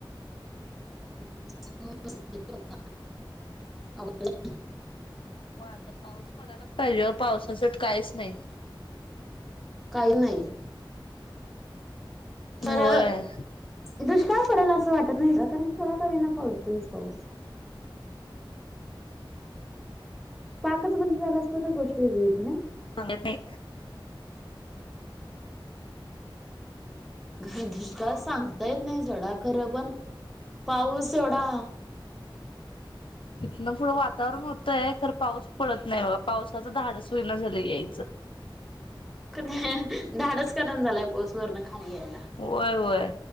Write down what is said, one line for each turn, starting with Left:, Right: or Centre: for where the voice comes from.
Centre: <inaudible>
Left: हो आता पाऊस पडायलाच पाहिजे ओ पावसा शिवट काहीच नाही.
Centre: काही नाही. पर
Left: होय.
Centre: दुष्काळ पडेल असं वाटत नाही का कारण थोडा का होईना पडतोय पाऊस. पाकच बंद झाला असता तर गोष्ट वेगळी होती ना.
Left: सांगत नाही
Centre: का दुष्काळ सांगता येत नाही सोडा खरं पण पाऊस एवडा
Left: इथन पुढ वातावरण होतय खर पाऊस पडत नाही बाघा पाऊस धाडस होईना झालंय यायचं.
Centre: क नाही धाडस कारण झालाय पाऊस वरन खाली यायला.
Left: होय, होय.